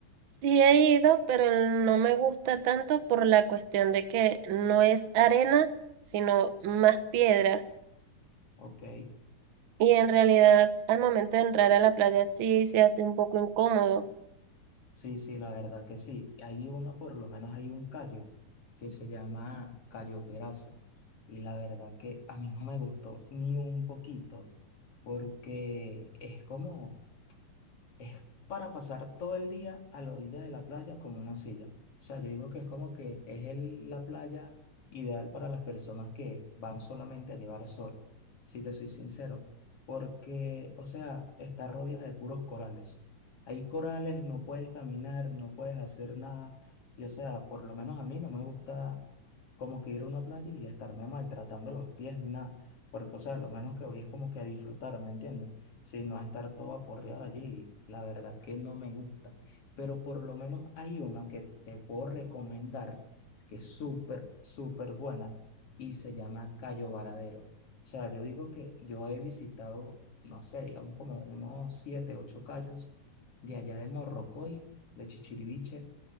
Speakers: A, on the right (about 60°); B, on the left (about 50°).
A: Sí he ido, pero no me gusta tanto por la cuestión de que no es arena, sino más piedras.
B: Ok.
A: Y en realidad, al momento de entrar a la playa sí se hace un poco incómodo.
B: Sí, sí, la verdad que sí. Hay uno, por lo menos hay un callo que se llama Cayo Peraza. Y la verdad que a mí no me gustó ni un poquito porque es como... es para pasar todo el día a la orilla de la playa con una silla. O sea, yo digo que es como que es el- la playa ideal para las personas que van solamente a llevar sol, si te soy sincero, porque, o sea, está rodeada de puros corales. Hay corales, no puedes caminar, no puedes hacer nada. Y o sea, por lo menos a mí no me gusta como que ir a una playa y estarme maltratando los pies ni nada, porque, o sea, lo menos que voy es como que a disfrutar, ¿me entiendes? Sí, no va a estar todo aporreado allí. La verdad que no me gusta. Pero por lo menos hay una que te puedo recomendar que es súper, súper buena y se llama Cayo Varadero. O sea, yo digo que yo he visitado, no sé, digamos como unos siete, ocho cayos de allá de Morrocoy, de Chichiriviche.